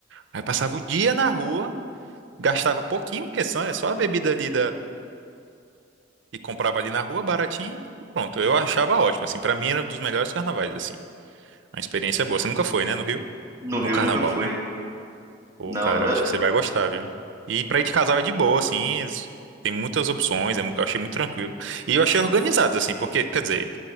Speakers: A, on the right; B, on the right.
A: aí passava o dia na rua, gastava pouquinho, porque só, é só a bebida ali e comprava ali na rua, baratinho, e pronto. Eu achava ótimo, assim, pra mim era um dos melhores carnavais, assim. Uma experiência boa. Você nunca foi, né, no Rio?
B: No
A: No
B: Rio
A: carnaval,
B: nunca fui.
A: né?
B: hein?
A: Pô,
B: Não,
A: cara,
B: eu
A: eu acho que você vai gostar, viu? E pra ir de casal é de boa, assim, es- tem muitas opções, é mu- eu achei muito tranquilo. E eu achei organizado, assim, porque, quer dizer,